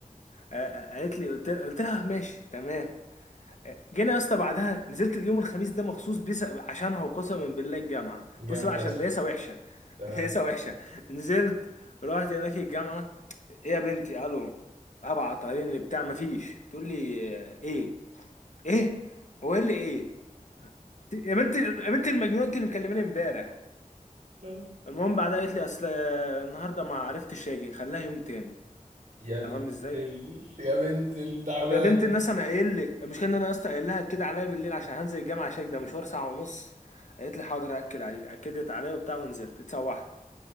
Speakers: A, on the left; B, on the right.
A: آه، آه، قالت لي قلت قلت لها ماشي تمام آه، جينا يا اسطى بعدها نزلت اليوم الخميس ده مخصوص بيس عشانها وقسما بالله الجامعه
B: جامد
A: بص بقى
B: فشخ
A: عشان دايسه وحشه
B: تمام
A: <laughs> دايسه وحشه نزلت رحت هناك الجامعه ايه يا بنتي الو ابعت علينا بتاع مفيش تقول لي آه، ايه ايه هو ايه اللي ايه ت- يا بنتي يا بنتي المجنونه انت اللي مكلماني امبارح
B: <laughs>
A: المهم بعدها قالت لي اصل آه، النهارده ما عرفتش اجي نخليها يوم تاني
B: يا بنت
A: تمام ازاي
B: ال... يا بنت التعبانة
A: طب يا بنت الناس انا قايل لك المشكله ان انا يا اسطى قايل لها كده عليا بالليل عشان هنزل الجامعه عشان ده مشوار ساعه ونص قالت لي حاضر هاكد عليك اكدت عليا وبتاع ونزلت اتسوحت